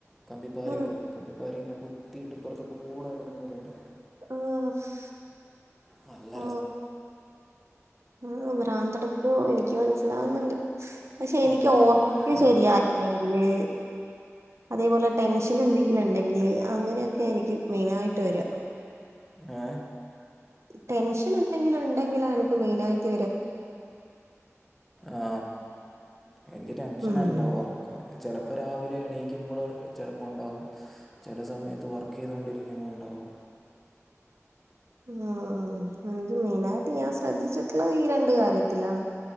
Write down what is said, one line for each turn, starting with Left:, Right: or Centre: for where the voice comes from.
Centre: കമ്പിപാരൊക്കെ
Right: ആ
Centre: ല്ലേ കമ്പിപ്പാര ഇങ്ങനെ കുത്തിയിട്ട് ഇപ്പുറത്ത് കൂടെ ഇട്ക്കുന്ന ഒര്ത്
Right: ഓഫ്
Centre: നല്ല
Right: ഓ ആ ഭ്രാന്തട്ത്തു എനിക്ക് മനസ്സിലാവുന്നുണ്ട് പക്ഷെ
Centre: രസമാണ്
Right: എനിക്ക് ഓർമിക്ക ശരിയായില്ലെങ്കില്
Centre: ഇടയ്ക്ക്
Right: അതേപോലെ ടെൻഷൻ എന്തെങ്കിലും ണ്ടെങ്കില് അങ്ങനെയൊക്കെ ആ എനിക്ക് മെയിനായിട്ട് വരിക
Centre: ഏ
Right: ടെൻഷൻ എന്തെങ്കിലും ഉണ്ടെങ്കിലാ എനിക്ക് മെയിനായിട്ട് വരുക
Centre: ആ എനിക്ക് ടെൻഷനല്ല
Right: ഉം
Centre: ഓർക്കു ചെലപ്പോ രാവിലെ എണീക്കുമ്പള് ചിലപ്പോ ഉണ്ടാവും ചില സമയത്ത് വർക്ക് ചെയ്തുകൊണ്ടിരി ഞ്ഞിങ്ങുണ്ടാവും
Right: ഉം എനിക്ക് മെയിനായിട്ട് ഞാൻ ശ്രദ്ധിച്ചിട്ടുള്ളത് ഈ രണ്ട് കാര്യത്തിലാണ്